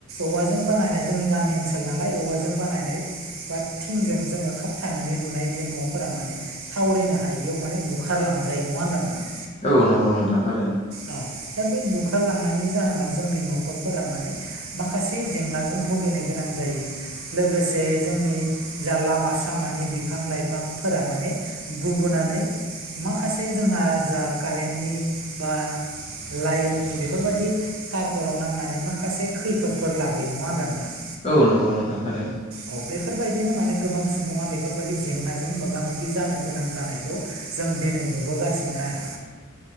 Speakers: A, on the right; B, on the left.
A: औवाजों बानायनाय जोंनि गामि ओनसोल नालाय औवाजों बानायनाय बा थिंजों जोङो खाबथानानै लुनाय बे न' फोरा माने थावरिनो हायियाव माने बुखारलांजायो नङा होमब्ला नोंथां।
B: औ नंगौ नोंथां थारैनो।
A: औ दा बे बुखारलांनायनि जाहोनाव जोंनि न'खरफोरा माने माखासे जेंनाजों भुगिनो गोनां जायो। लोगोसे जोंनि जा लामा-सामानि बिफां-लाइफां फोरा माने गुबुनानै माखासे जोंहा जा कारेन्टनि बा लाइननि बेफोरबायदि। थारफोराव नांनानै माखासे खैफोदफोर लाबोयो नङा होमब्ला नोंथां।
B: औ नंगौ नोंथां थारैनो।
A: औ बेफोरबायदिनो माने गोबां सुबुङा बेफोरबायदि जेंना। जों मोगा मोगि जानो गोनां जानायखौ जों दिनै नुबोगासिनो आरो।